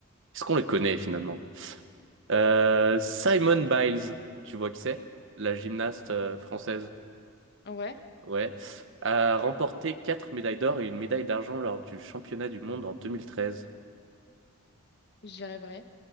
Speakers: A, on the right; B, on the left.
A: Est-ce qu'on le connaît, finalement? Euh, Simone Biles, tu vois qui c'est? La gymnaste euh, française.
B: Ouais,
A: Ouais. A remporté quatre médailles d'or et une médaille d'argent lors du championnat du monde en 2013.
B: je dirais vrai.